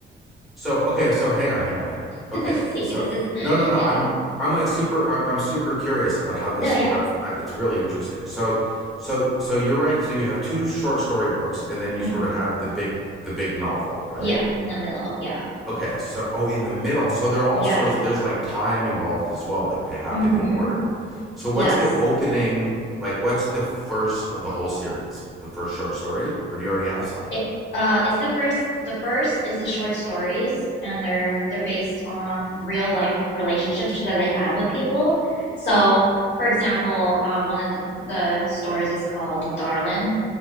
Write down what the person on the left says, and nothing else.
<laughs>
See,
this is,
yeah.
No, yeah.
hmm
Yeah, in the middle. Yeah.
Yeah.
hmm
Yes.
It uh it's the first the first is the short stories and they're they're based on real life relationships that they had with people. So, for example, uh one of the the stories is called Darlin